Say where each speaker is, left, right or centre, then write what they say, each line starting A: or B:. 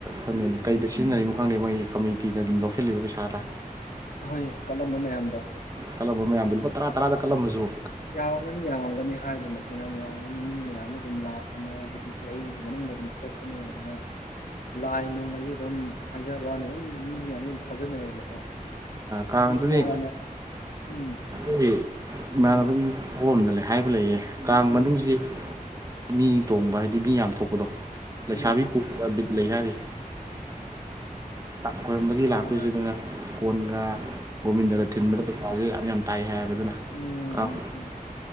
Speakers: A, on the right; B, on the left.
A: ꯈꯪꯗꯅꯦ ꯀꯩꯗ ꯁꯤꯖꯤꯟꯅꯔꯤꯅꯣ ꯈꯪꯗꯦ ꯃꯣꯏ ꯀꯝꯃꯨꯅꯤꯇꯤꯅ ꯑꯗꯨꯝ ꯂꯧꯁꯤꯜꯂꯤꯕ ꯄꯩꯁꯥꯗ
B: ꯍꯣꯏ ꯀꯜꯂꯝꯕ ꯃꯌꯥꯝꯗꯣ
A: ꯀꯜꯂꯝꯕ ꯃꯌꯥꯝꯗꯣ ꯂꯨꯄꯥ ꯇꯔꯥ ꯇꯔꯥꯗ ꯀꯜꯂꯝꯃꯁꯨ
B: ꯌꯥꯎꯔꯒꯅꯤ ꯌꯥꯎꯔꯝꯒꯅꯤ ꯍꯥꯏꯗꯨꯅ ꯍꯥꯏꯅꯥ ꯃꯌꯥꯝ ꯑꯃꯅꯤꯅꯤ ꯃꯤ ꯃꯌꯥꯝꯅ ꯑꯗꯨꯝ ꯂꯥꯛꯄꯅꯦ ꯍꯥꯏꯕꯗꯤ ꯆꯍꯤꯒꯤ ꯃꯅꯨꯡꯗ ꯑꯗꯨꯝ ꯊꯣꯛꯄꯅꯦ ꯍꯥꯏꯅ ꯂꯥꯏ ꯅꯨꯡ ꯍꯥꯏꯁꯦ ꯑꯗꯨꯝ ꯍꯥꯏꯖꯕ ꯋꯥꯅꯤ ꯑꯗꯨꯝ ꯃꯤ ꯃꯌꯥꯝꯁꯦ ꯑꯗꯨꯝ ꯊꯥꯖꯅꯩꯌꯦꯕꯀꯣ
A: ꯀꯥꯡꯗꯨꯅꯦ
B: ꯑꯗꯨ ꯂꯥꯏꯅ ꯎꯝ
A: ꯑꯩ
B: ꯎꯝ
A: ꯏꯃꯥꯟꯅꯕꯒꯤ ꯑꯣꯝꯗ ꯂꯩ ꯍꯥꯏꯕ ꯂꯩꯌꯦ ꯀꯥꯡ
B: ꯎꯝ
A: ꯃꯅꯨꯡꯁꯤ ꯃꯤ ꯇꯣꯡꯕ ꯍꯥꯏꯗꯤ ꯃꯤ ꯌꯥꯝ ꯊꯣꯛꯄꯗꯣ ꯂꯩꯁꯥꯕꯤ
B: ꯎꯝ
A: ꯂꯩ ꯍꯥꯏꯔꯤ ꯈꯣꯏꯔꯝꯕꯒꯤ ꯂꯥꯛꯄꯥꯁꯤꯗꯅꯦ
B: ꯑꯥ
A: <unintelligible>
B: ꯎꯝ
A: ꯐꯣꯟꯒ ꯒꯣꯕꯤꯟꯗꯒ
B: ꯑꯥ
A: ꯊꯤꯟꯕꯗ ꯄꯩꯁꯥꯥꯁꯦ ꯌꯥꯝ ꯌꯥꯝ ꯇꯥꯏ ꯍꯥꯏꯕ ꯑꯗꯨꯅ
B: ꯎꯝ
A: ꯀꯥꯡ
B: ꯎꯝ ꯎꯝ